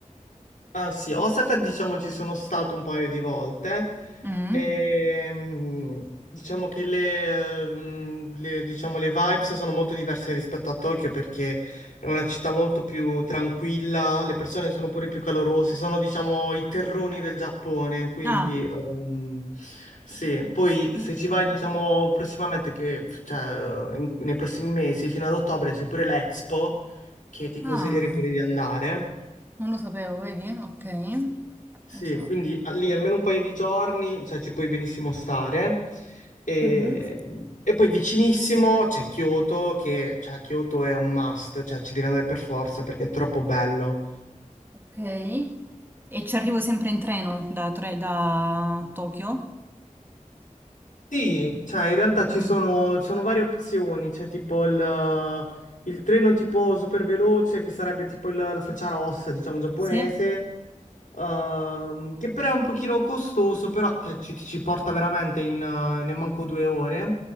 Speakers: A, on the left; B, on the right.
A: Ah sì, Osaka diciamo ci sono stato un paio di volte
B: Mm?
A: e mm, diciamo che le, eh, mm, le- diciamo, le vibes sono molto diverse rispetto a Tokyo perché è una città molto più tranquilla, le persone sono pure più calorose, sono diciamo i terroni del Giappone, quindi
B: Ah,
A: um, sì, poi
B: qui-
A: se ci vai diciamo prossimamente, che, cioè, in- nei prossimi mesi fino ad ottobre c'è pure l'Expo che ti consiglierei
B: ah,
A: pure di andare.
B: non lo sapevo, vedi? Ok.
A: Sì,
B: Osaka.
A: quindi a- lì almeno un paio di giorni, cioè ci puoi benissimo stare. E,
B: Mhm.
A: e poi vicinissimo c'è Kyoto, che cioè, Kyoto è un must, cioè ci devi andare per forza perché è troppo bello.
B: Ok. E ci arrivo sempre in treno da, Tre- da Tokyo?
A: Sì, cioè in realtà ci
B: Mm,
A: sono, ci sono varie opzioni, c'è tipo il, il treno tipo super veloce che sarebbe tipo il- la Frecciarossa, diciamo giapponese,
B: Sì.
A: ehm, che però è un pochino costoso, però che ci, ci porta veramente in, eh, ne manco due ore.